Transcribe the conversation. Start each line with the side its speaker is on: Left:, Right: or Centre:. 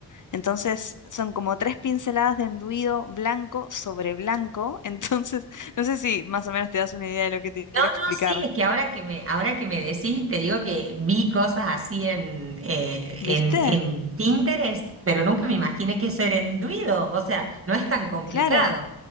Left: Entonces son como tres pinceladas de enduido blanco sobre blanco. <laughs> Entonces, no sé si más o menos te das una idea de lo que te quiero
Right: No,
Left: explicar.
Right: no, sí, es que ahora que me, ahora que me decís, te digo que vi cosas así en, eh, en,
Left: ¿Viste?
Right: en Pinterest, pero nunca me imaginé que eso era enduido. O sea, no es tan complicado.
Left: Claro.